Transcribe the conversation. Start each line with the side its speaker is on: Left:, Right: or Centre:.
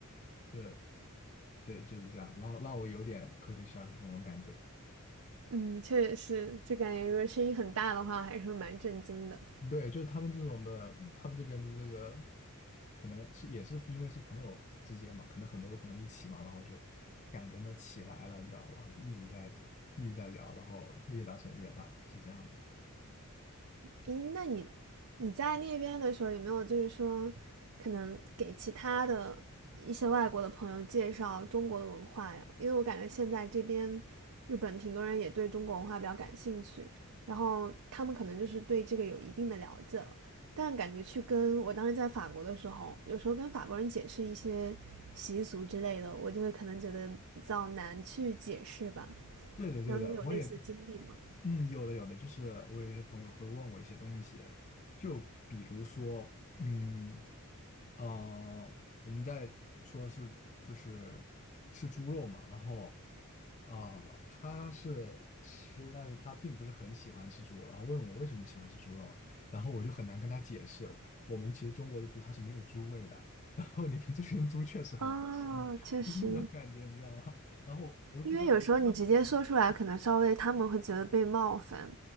Left: 就对，就是这样，然后让我有点 c u l t u r shock 那种感觉。
Right: 嗯，确实是，就感觉如果声音很大的话，还是蛮震惊的。
Left: 对，就是他们这种的，他们这边的这个，可能是也是因为是朋友之间嘛，可能很多个朋友一起嘛，然后就感觉呢起来了，你知道，然后一直在一直在聊，然后越聊声越大，是这样的。
Right: 咦，那你你在那边的时候有没有就是说，可能给其他的一些外国的朋友介绍中国的文化呀？因为我感觉现在这边日本挺多人也对中国文化比较感兴趣，然后他们可能就是对这个有一定的了解了，但感觉去跟我当时在法国的时候，有时候跟法国人解释一些习俗之类的，我就会可能觉得比较难去解释吧。
Left: 对的，对的，
Right: 然后你有类似的经历吗？
Left: 我也嗯，有的有的，就是我有一些朋友会问我一些东西，就比如说，嗯，呃，我们在说是就是吃猪肉嘛，然后呃，他是吃，但是他并不是很喜欢吃猪肉，然后问我为什么喜欢吃猪肉，然后我就很难跟他解释，我们其实中国的猪它是没有猪味的，然后你们这边猪确实很难吃
Right: 啊，确实，
Left: <laughs>，那种感觉你知道吗？然后我又不知道
Right: 因为有时候你直接说出来，可能稍微他们会觉得被冒犯。